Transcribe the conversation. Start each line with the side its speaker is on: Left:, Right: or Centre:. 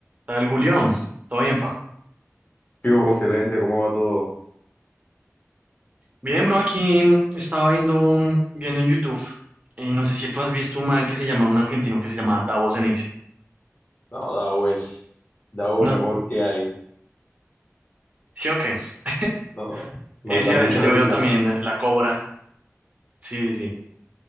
Right: Tal Julián, todo bien, pa.
Left: Sí, pues, excelente, ¿cómo va todo?
Right: Bien, bro, aquí mm, estaba viendo, mm, viendo en YouTube, y no sé si tú has visto un man que se llama, un argentino que se llama Davos Ceneice.
Left: No, Dao es, Dao
Right: No,
Left: es mejor que hay.
Right: ¿sí o qué? <laughs>
Left: No, manda
Right: Ese
Left: mucha
Right: a veces yo
Left: risa.
Right: veo también eh, La Cobra. Sí, sí, sí.